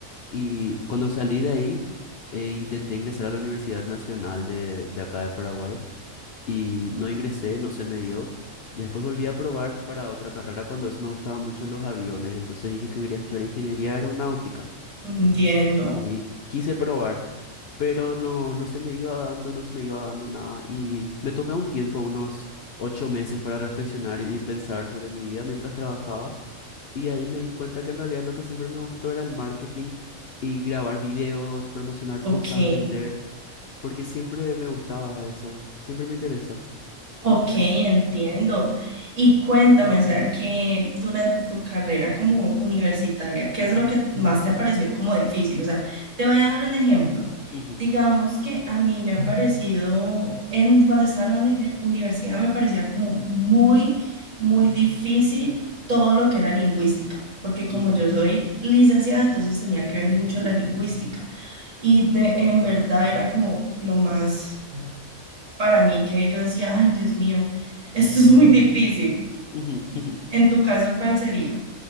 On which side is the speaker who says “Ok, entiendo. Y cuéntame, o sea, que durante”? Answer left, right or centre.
Right